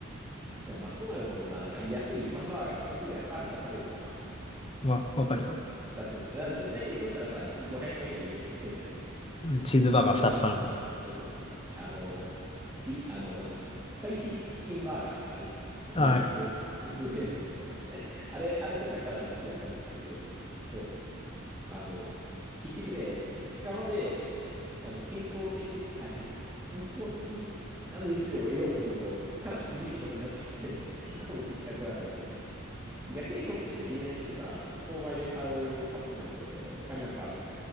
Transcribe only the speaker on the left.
まあ、わかるよ。
うんチーズバーガー2つ頼むから。
あ、
あるね。